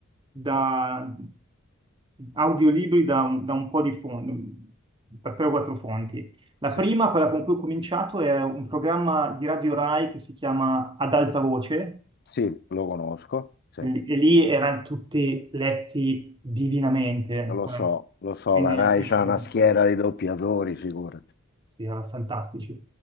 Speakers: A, on the right (about 25°); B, on the left (about 50°).
A: da audiolibri da un, da un po' di fonti, da tre o quattro fonti. La
B: sì,
A: prima, quella con cui ho cominciato, è un programma di Radio Rai che si chiama Ad alta voce,
B: sì, lo conosco, sì,
A: e lì e lì erano tutti letti divinamente,
B: lo so, lo so,
A: quindi
B: la Rai
A: mi
B: c'ha
A: ci trovo
B: una
A: con
B: schiera
A: quelli.
B: di doppiatori, figurati.
A: Sì, erano fantastici.